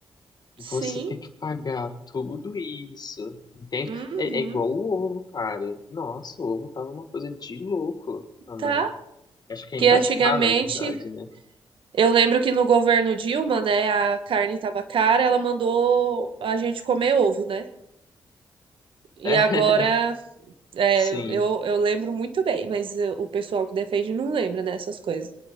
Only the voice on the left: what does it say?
você tem que pagar tudo isso, entende?
É, é igual o ovo, cara. Nossa, o ovo tava uma coisa de louco também.
Acho que ainda
tá, na verdade, né? <laughs>
É,
sim,